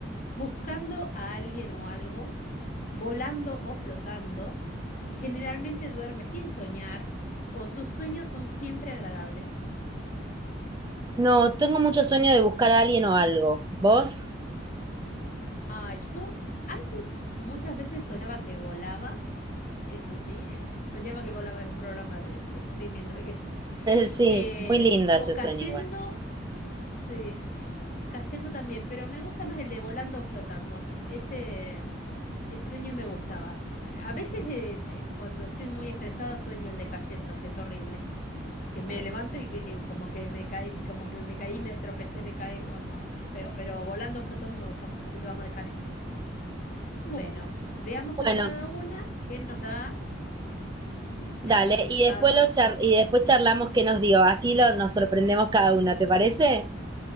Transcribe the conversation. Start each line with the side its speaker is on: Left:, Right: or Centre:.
Left: buscando a alguien o algo, volando o flotando. Generalmente duermes sin soñar o tus sueños son siempre agradables.
Right: No, tengo mucho sueño de buscar a alguien o algo. ¿Vos? <laughs>
Left: Ah, yo antes muchas veces soñaba que volaba, eso sí, <laughs> soñaba que volaba, es un programa de, de streaming, no sé qué.
Right: Sí,
Left: Eh,
Right: muy lindo ese
Left: o cayendo
Right: sueño igual.
Left: Sí, cayendo también, pero me gusta más el de volando o flotando. Ese, ese sueño me gustaba. A a veces eh, eh, cuando estoy muy estresada sueño el de cayendo, que es horrible. Que me
Right: Ay,
Left: levanto
Right: sí.
Left: y que, eh, como que me caí, como que me caí, me tropecé, me caigo, no, feo, pero volando o flotando me gusta más, así que vamos a dejar ese. Bueno, veamos
Right: Bueno,
Left: a cada una qué nos da
Right: Dale,
Left: el resultado.
Right: y después lo char- y después charlamos qué nos dio, así lo, nos sorprendemos cada una, ¿te parece?